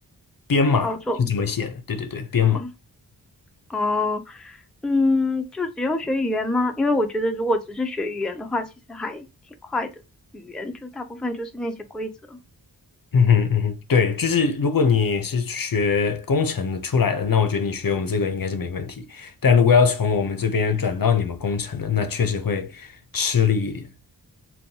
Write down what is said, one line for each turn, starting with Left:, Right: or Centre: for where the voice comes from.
Left: 编码是怎么写的？
Centre: 操作。
Left: 对对对，编码。
Centre: 嗯。哦，嗯，就只用学语言吗？因为我觉得如果只是学语言的话，其实还挺快的。语言就大部分就是那些规则。
Left: 嗯哼嗯哼，对，就是如果你是学工程的出来的，那我觉得你学我们这个应该是没问题。但如果要从我们这边转到你们工程的，那确实会吃力一点。